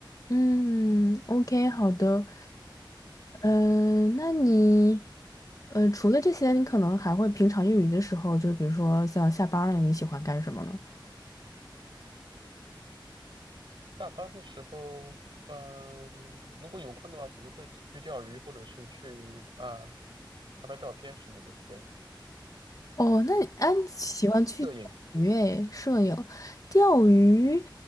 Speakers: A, on the left (about 45°); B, on the right (about 70°).
A: 嗯，OK，好的。嗯、那你，呃，除了这些，你可能还会平常业余的时候，就是比如说像下班儿了，你喜欢干什么呢？
B: 下班的时候，嗯、如果有空的话，可能会去钓鱼，或者是去啊、拍拍照片什么的。对，
A: 哦，那你啊，你喜欢去钓鱼诶，
B: 摄影
A: 摄影，钓鱼，